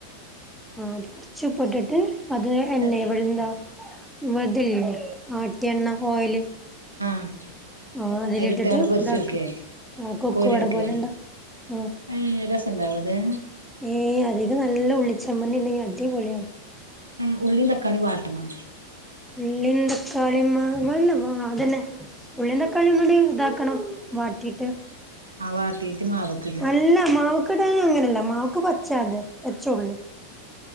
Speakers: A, in the centre; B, on the right.
A: ആഹ് കൊർച്ച് ഉപ്പ്‌ട്ട്ട്ട് അത് എണ്ണേ
B: ആഹ്
A: ഇവടെ എന്താ വെറ്തേയില്ലേ ആട്ടിയ എണ്ണ ഓയില്
B: ആഹ്
A: ആഹ് അതിലിട്ടിട്ട്
B: അയില്ട്ട്ങ്ങാണ്ട് പൊരിച്ചെട്ക്കെ
A: ഇതാക്ക് ആഹ് കൊക്കുവട
B: കോരിട്ക്കെ
A: പോലെ ഇണ്ട ആഹ്
B: ഏഹ് രസണ്ടാവോ അത്?
A: ഏഹ് അതീക്ക് നല്ല ഉള്ളിച്ചമ്മന്തിണ്ടെങ്കി അടിപൊളി ആവും
B: ഏഹ് ഉള്ളീം, തക്കാളീം വാട്ടണോ?
A: ഉള്ളീം, തക്കാളീം മാ വാ അതന്നെ ഉള്ളീം, തക്കാള്ളീം ഒന്നുടിം ഇതാക്കണം വാട്ടീട്ട്
B: ആഹ് വാട്ടീട്ട് മാവ്ക്ക്‌ടാ
A: അല്ല മാവക്ക്‌ടല് അങ്ങനെല്ല മാവ്ക്ക് പച്ച അത് പച്ച ഉള്ളി